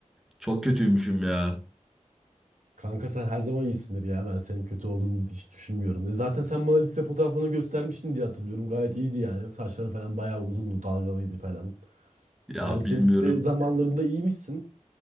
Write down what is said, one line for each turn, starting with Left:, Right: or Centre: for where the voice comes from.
Centre: çok kötüymüşüm ya.
Right: Kanka sen her zaman iyisindir ya. Ben senin kötü olduğunu hiç düşünmüyorum. E zaten sen bana lise fotoğraflarını göstermiştin diye hatırlıyorum. Gayet iyiydi yani. Saçların falan bayağı uzundu, dalgalıydı falan.
Centre: Ya
Right: Yani senin
Centre: bilmiyorum.
Right: lise zamanlarında iyiymişsin.